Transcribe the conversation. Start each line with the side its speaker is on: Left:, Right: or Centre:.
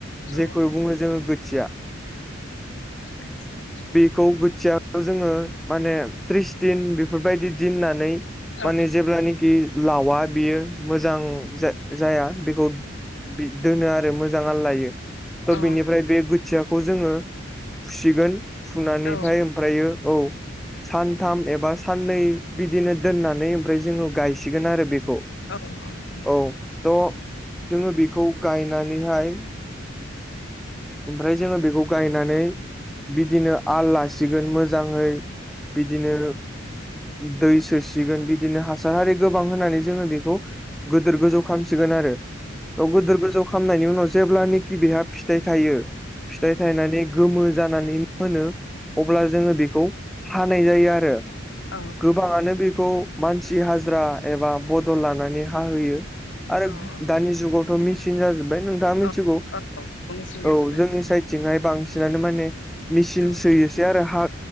Left: औ उम
Centre: जेखौ बुङो जोङो गोथिया।
Left: <inaudible>
Centre: खौ बोथियाखौ जोङो माने त्रिस दिन बेफोरबायदि दोननानै
Left: औ
Centre: माने जेब्लानाखि लावा बेयो मोजां जाया बेखौ दोनो आरो मोजां आलायनानै। थ'
Left: औ
Centre: बिनिफ्राय बे खोथियाखौ जोङो फुसिगोन फुनानैहाय
Left: औ
Centre: ओमफ्रायो औ सानथाम एबा साननै बिदिनो दोननानै ओमफ्राय जोङो गायसिगोन आरो बेखौ।
Left: औ औ
Centre: औ थ' जोङो बेखौ गायनानैहाय ओमफ्राय जोङो बेखौ गायनानै बिदिनो आल लासिगोन मोजाङै बिदिनो दै सोसिगोन बिदिनो हासार हारि गोबां होनानै जोङो बेखौ गिदोर गोजौ खामसिगोन आरो औ गैदोर गोजौ खामनायनि उनाव जेब्लानोखि बेहा फिथाइ थायो फिथाइ थायनानै गोमो जानानै मोनो अब्ला जोङो बेखौ हानाय जायो आरो।
Left: औ
Centre: गोबाङानो बेखौ मानसि हाजिरा एबा बदल लानानै हाहोयो। आरो
Left: औ
Centre: दानि जुगावथ' मेचिन जाजोबबाय नोंथाङा मि
Left: औ
Centre: सिन
Left: मेसेना
Centre: औ
Left: जोब्बाय
Centre: जोंनिसाद थिंहाय बांसिनानो माने मेचिन
Left: औ
Centre: सोयोसै आरो हा